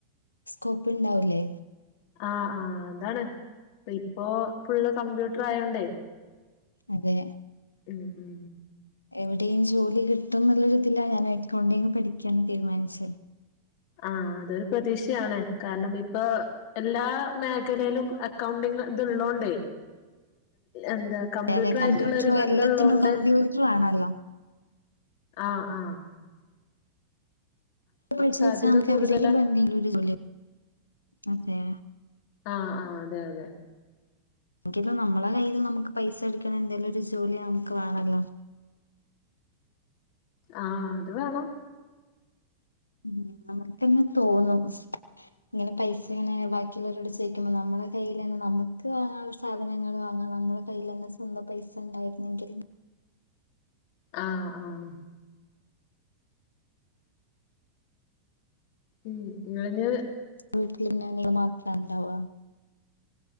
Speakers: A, on the left; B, on the left.
A: സ്കോപ്പ് ണ്ടാവൂലെ
B: ആഹ് ആഹ് അതാണ് ഇപ്പോഫുള്ള് കമ്പ്യൂട്ടർആയോണ്ടേ
A: അതെ
B: ഉം ഉം
A: എവിടെയും ജോലികിട്ടുംന്ന്ള്ളൊരുതില ഞാനുംഎക്കൗണ്ടിങ്പഠിക്ക്യാൻ തീരുമാനിച്ചേ
B: ആഹ് അതൊരുപ്രതീക്ഷയാണ് കാരണം ഇപ്പൊ എല്ലാ മേഖലേലും അക്കൗണ്ടിങ് ഇത്ള്ളോണ്ടേ എന്താ കമ്പ്യൂട്ടർആയിട്ടുള്ളഒരുബന്ധള്ളോണ്ട്
A: അതെ കമ്പ്യൂട്ടർ എല്ലാത്തിനും കമ്പ്യൂട്ടർ ആണല്ലോ
B: ആഹ് ആഹ്
A: പഠിച്ച്
B: സാധ്യത
A: വെച്ചാഅമ്മക്ക്
B: കൂടുതലാണ്
A: എവിടേങ്കിലും എന്തേങ്കിലോര്ജോലി അതെ
B: ആഹ് ആഹ് അതെഅതെ
A: ക്കെത് നമ്മളെകയ്യിൽന്ന് നമ്മക്ക്പൈസഎടുക്കണേ എന്തെലോര് ജോലിനമുക്ക് വേണല്ലോ
B: ആഹ് അത് വേണം
A: ഉ നമ്മക്കന്നെ തോന്നും ഇങ്ങനെ പൈസ ഇങ്ങനെ ബാക്കിയുള്ളോരോട് ചോ നമ്മടെ കയ്യിലാന്നേ നമ്മക്ക് വാങ്ങാനുള്ള സാധനങ്ങള് വാങ്ങാൻ നമ്മടെ കൈയ്യില്ലെന്നേ സ്വന്തം പൈസ ഉണ്ടായിരുന്നെങ്കിൽ
B: ആഹ് ആഹ് ഉം ഞാന്
A: വീട്ടില് പിന്നെ നിങ്ങൾ മാത്രം ഉണ്ടാവ